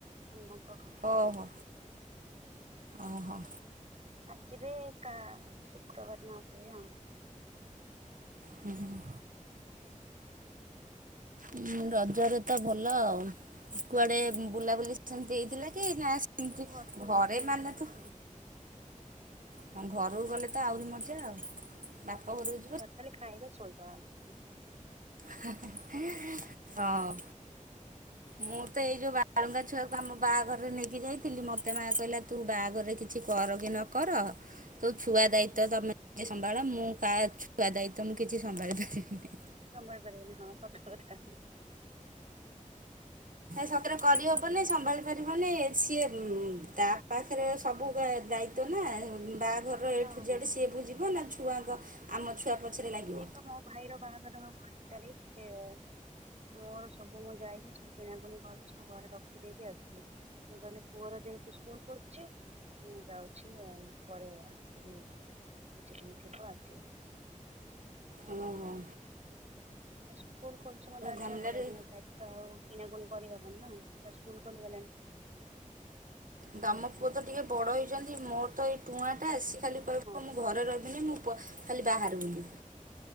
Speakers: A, on the right; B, on the right.
A: ଅନମକଥା <inaudible>
B: ଓହୋ ଓହୋ।
A: ଆଚି ବେ କା, ଶୁକ୍ରବାର ମା ଆସିବେ ଆଉ।
B: ହୁଁ ହୁଁ ଉଁ ରଜରେ ତ ଭଲ ଆଉ, କୁଆଡେ ବୁଲାବୁଲି ସେମିତି ହେଇଥିଲା କି ନା ଏମତି,
A: ମୁଁ ଘରକୁ ଯାଇଥିଲି
B: ଘରେ
A: ମୁଁ
B: ମାନେ ତ
A: ଘରକୁ
B: ହଁ ଘରକୁ ଗଲେ ତ ଆହୁରି ମଜା ଆଉ। ବାପ ଘରୁକୁ
A: ଘରେ ଖାଲି ଖାଇବ, ଶୋଇବ, ଆଉ କିଛି ନାହିଁ।
B: ହେ ହେ ହେଁ, ହଁ ମୁଁ ତ ଏଇ ଯୋଉ ବାଳଙ୍ଗା ଛୁଆକୁ ଆମ ବାହାଘରରେ ନେଇକି ଯାଇଥିଲି, ମୋତେ ମାଆ କହିଲା ତୁ ବାହାଘରରେ କି କିଛି କର କି ନ କର ତୁ ଛୁଆ ଦାୟିତ୍ଵଟା
A: ହୁଁ
B: ନେ ସମ୍ଭାଳ, ମୁଁ କାହା ଛୁଆ ଦାୟିତ୍ବ ମୁଁ କିଛି ସମ୍ଭାଳି ପାରିବିନି।
A: ସମାଳି ପାରିବିନି, ହଁ ସତ କଥା।
B: ସତରେ କରିହବନାଇ, ସମ୍ଭାଳି ପାରିବନି, ସିଏ ତା ପାଖରେ ସବୁ ଦା ଦାୟି ତ୍ବ ନା, ବାହାଘରର ଏ
A: ହଁ
B: ଠୁ
A: ହଁ।
B: ଯେଡ଼େ ସିଏ ବୁଯିବନା, ଛୁଆଙ୍କ ଆମ ଛୁଆ ପଛରେ ଲାଗିବ।
A: ଏଇ ତ ମୋ ଭାଇର ବାହାଘର ହବ ଏକ ତାରିଖ୍ ପଠେଇବ। ମୋର ସବୁ ମୁଁ ଯାଇକି ସବୁ କିଣାକୁଣି କଲି, ସବୁ ଘରେ ରଖି ଦେଇକି ଆସିଲି। ମୁଁ କହିଲି ପୁଅର ଯେହେତୁ ସ୍କୁଲ୍ ଖୋଲିଚି, ମୁଁ ଯାଉ <unintelligible> ଆଉ ପରେ ଆସିବି, କିଛିଦିନି ଥିବ ଆସିବି।
B: ଆମ ଗାଁ।
A: ତା ସ୍କୁଲ ଖୋଲିଛି ମତେ ଆସିବାକୁ
B: ଝାମେଲାରେ
A: ପଡିବ, ମୁଁ ଯାଇକି ତ ଆଉ କିଣାକୁୁଣି କରିହବନି ନା, ତା ସ୍କୁଲ ଖୋଲିଗଲାଣି।
B: ତମ ପୁଅ ତ ଟିକି ବଡ଼ ହେଇଚନ୍ତି, ମୋର ତ ଏଇ ଟୁଆଁଟା, ସେ ଖାଲି
A: ହଁ
B: କହିବ
A: ହଁ
B: ମୁଁ ଘରେ ରହିବିନି, ମୁଁ ଖାଲି ବାହାରେ ବୁଲିବି।